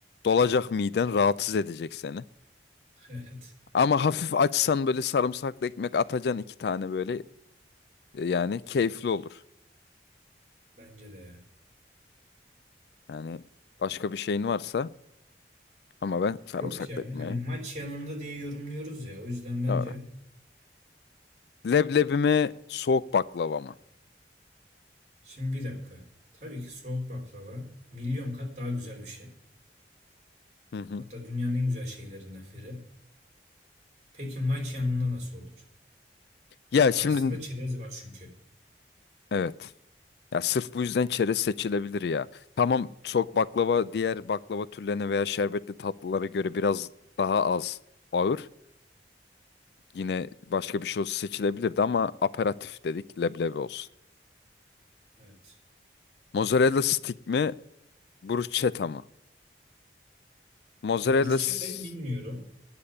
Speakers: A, on the left; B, on the right.
A: Dolacak miden rahatsız edecek seni.
B: <laughs> Evet
A: Ama hafif açsan böyle sarımsaklı ekmek atacaksın iki tane böyle. e, Yani keyifli olur.
B: bence de ya.
A: Yani başka bir şeyin varsa ama ben sarımsaklı
B: Yok ya
A: ekmeği.
B: hani maç yanında diye yorumluyoruz ya o yüzden bence.
A: Doğru. Leblebi mi soğuk baklava mı?
B: Şimdi bir dakika. Tabii ki soğuk baklava milyon kat daha güzel bir şey.
A: Hı hı.
B: Hatta dünyanın en güzel şeylerinden biri. Peki maç yanında nasıl olur?
A: Ya
B: Karşısında
A: şimdi
B: çerez var çünkü.
A: evet. Ya sırf bu yüzden çerez seçilebilir ya. Tamam soğuk baklava diğer baklava türlerine veya şerbetli tatlılara göre biraz daha az ağır. Yine başka bir şey olsa seçilebilirdi ama aperatif dedik leblebi olsun.
B: Evet.
A: Mozzarella stick mi bruschetta mı? Mozzarella
B: Şimdi bruscheta'yı
A: s-
B: bilmiyorum.